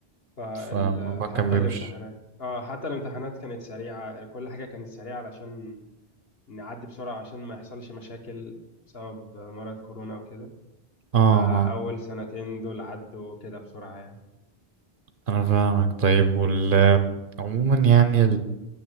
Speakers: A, on the left; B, on the right.
A: فال
B: فالموضوع
A: حتى
B: كان بيمشي
A: الامتحانات اه حتى الامتحانات كانت سريعة كل حاجة كانت سريعة علشان نعدي بسرعة عشان ما يحصلش مشاكل بسبب مرض كورونا وكده
B: اه
A: فأول
B: اه
A: سنتين دول عدوا كده بسرعة يعني
B: انا فاهمك طيب وال عموما يعني